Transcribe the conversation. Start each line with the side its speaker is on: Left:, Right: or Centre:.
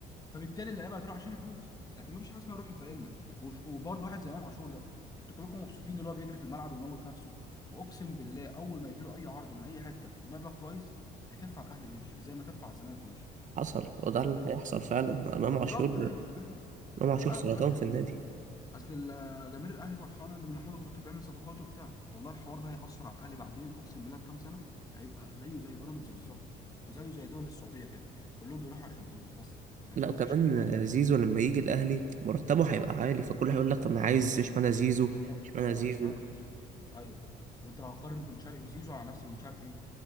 Left: فبالتالي اللعيبه هتروح عشان الفلوس لكن ما فيش حاجه اسمها روح فقيرنا وف- وبرضه واحد زي امام عاشور ده انتوا كلكم مبسوطين اللي هو بيجري في الملعب ويموت نفسه واقسم بالله اول ما يجي له اي عرض من اي حته بمبلغ كويس هيتف على الاهلي ويمشي زي ما تف على الزمالك ومشي
Right: حصل وده اللي
Left: فأنت-
Right: هيحصل فعلا امام
Left: بالظبط
Right: عاشور
Left: ايوه فاهم
Right: امام عاشور
Left: فلا
Right: سرطان
Left: بجد يعني
Right: في النادي
Left: اصل ال- جماهير الاهلي فرحانه ان محمود الخطيب بيعمل صفقات وبتاع والله الحوار ده هيأثر على الاهلي بعدين اقسم بالله بكام سنه هيبقى زيه زي بيراميدز بالظبط وزيه زي دول السعوديه كده كلهم بيروحوا عشان فلوس بس لكن
Right: لا وكمان
Left: ما فيش اي روح
Right: زيزو لما يجي الاهلي مرتبه هيبقى عالي فكل هيقول لك طب انا عايز اشمعنى زيزو
Left: بالظبط
Right: اشمعنى
Left: كده
Right: زيزو
Left: اشمعنى زيزو ايوه وانت لو هتقارن بن شرقي بزيزو على نفسي بن شرقي